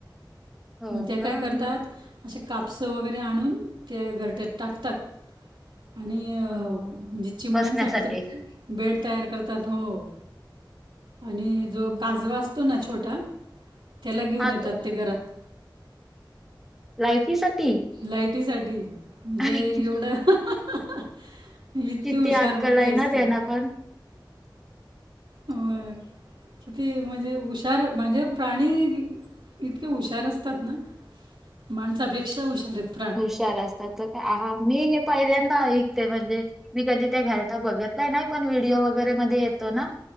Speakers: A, in the centre; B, on the right.
A: हो
B: ते
A: का
B: काय करतात असे कापसं वगैरे आणून ते घरट्यात टाकतात. आणि अ
A: हो
B: म्हणजे चिमण्यांसाठी
A: बसण्यासाठी
B: तर बेड तयार करतात. हो आणि
A: हम्म
B: जो काजवा अस तो ना छोटा त्याला घेऊन
A: हा
B: येतात
A: तर
B: ते घरात
A: लायटीसाठी
B: लाइटीसाठी म्हणजे
A: आणि
B: एवढं अहं अहं इतकी
A: किती
B: हुशार
A: अक्कल
B: बुद्धी
A: आहे
B: असते.
A: ना त्यांना पण
B: मग
A: <unintelligible>
B: किती म्हणजे हुशार म्हणजे प्राणी इतके हुशार असतात ना माणसापेक्षा हुशार येत.
A: हुशार असतात तर काय आ मी हे पहिल्यांदा ऐकते म्हणजे मी कधी ते घरटा बघत नाही नाही पण व्हिडिओ वगैरे मध्ये येतो ना